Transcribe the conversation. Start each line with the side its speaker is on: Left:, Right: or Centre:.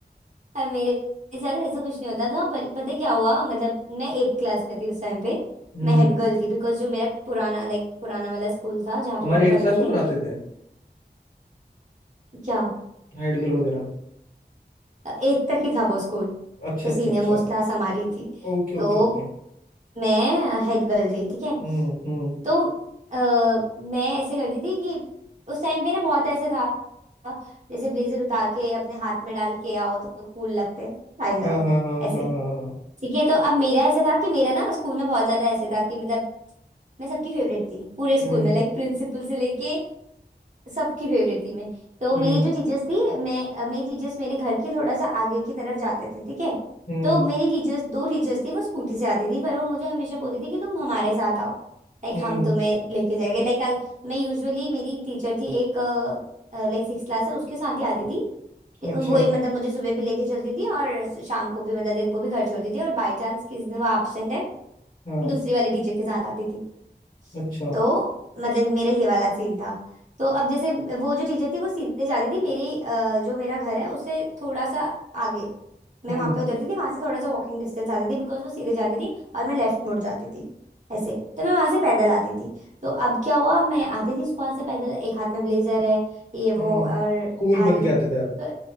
Right: और मेरे साथ ऐसा कुछ नहीं होता था बट पता है क्या हुआ मतलब मैं एट्थ क्लास में थी उस टाइम पे
Left: हम्म
Right: मैं हेड गर्ल थी बिकॉज जो मेरा पुराना लाइक पुराना वाला स्कूल था जहाँ
Left: तुम्हारे
Right: पे मैं पढ़ती
Left: एट क्लास में
Right: थी
Left: बनाते थे
Right: क्या
Left: हाइड गेल वगैरह
Right: एट्थ तक ही था वो स्कूल
Left: अच्छा
Right: तो सीनियर
Left: अच्छा अच्छा
Right: मोस्ट क्लास हमारी थी
Left: Okay okay
Right: तो
Left: okay
Right: मैं हेड गर्ल थी ठीक है
Left: हम्म हम्म
Right: तो अ, मैं ऐसे करती थी कि उस टाइम पे ना बहुत ऐसे था जैसे ब्लेजर उतार के अपने हाथ में डाल के आओ तो कूल लगते हैं काइंड
Left: हाँ
Right: ऑफ
Left: हाँ हाँ
Right: ऐसे।
Left: हाँ हाँ हाँ
Right: ठीक है तो अब मेरा ऐसा था कि मेरा ना स्कूल में बहुत ज्यादा ऐसे था कि मतलब मैं सबकी फेवरेट थी पूरे स्कूल
Left: हम्म
Right: में लाइक प्रिंसिपल से लेके सबकी फेवरेट थी मैं तो मेरी
Left: हम्म
Right: जो टीचर्स थी मैं अ, मेरी टीचर्स मेरे घर के थोड़ा सा आगे की तरफ जाते थे ठीक है
Left: हम्म
Right: तो मेरी टीचर्स दो टीचर्स थी वो स्कूटी से आती थी पर वो मुझे हमेशा बोलती थी कि तुम हमारे साथ आओ लाइक
Left: हम्म
Right: हम तुम्हें लेके जाएंगे लाइक मैं यूजुअली मेरी टीचर थी एक लाइक सिक्स क्लास है उसके साथ ही आती थी ते-
Left: अच्छा
Right: वही मतलब मुझे सुबह भी लेके चलती थी और शाम को भी मतलब दिन को भी घर छोड़ती थी और बाय चांस किसी दिन वो एब्सेंट है
Left: हाँ
Right: दूसरी वाली टीचर के साथ आती थी
Left: अच्छा
Right: तो मतलब मेरा ये वाला सीन था तो अब जैसे वो जो टीचर थी वो सीधे जाती थी मेरी अ, जो मेरा घर है उससे थोड़ा सा आगे मैं
Left: हम्म
Right: वहां पे उतरती थी वहां से थोड़ा सा वॉकिंग डिस्टेंस आती थी बिकॉज वो सीधे जाती थी और मैं लेफ्ट मुड़ जाती थी ऐसे तो मैं वहां से पैदल आती थी तो अब क्या हुआ मैं आती थी वहां से पैदल एक हाथ में ब्लेजर है ये वो
Left: हम्म
Right: और
Left: कूल
Right: आ
Left: बन
Right: रही हूँ
Left: के आते थे आप
Right: तो